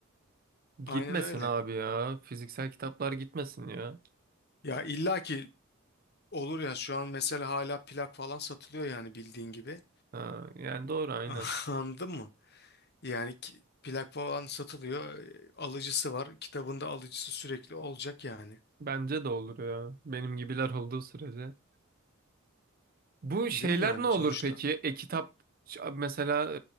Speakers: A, on the right; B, on the left.
A: Gitmesin
B: aynen öyle.
A: abi ya. Fiziksel kitaplar gitmesin ya.
B: Ya illa ki olur ya şu an mesela hala plak falan satılıyor yani bildiğin gibi.
A: Ha, yani doğru aynen.
B: <laughs> Anladın mı? Yani ki- plak falan satılıyor. e, Alıcısı var. Kitabında alıcısı sürekli olacak yani.
A: Bence de olur ya. Benim gibiler olduğu sürece. Bu şeyler
B: Değil mi yani
A: ne olur
B: sonuçta?
A: peki? E-kitap ç- mesela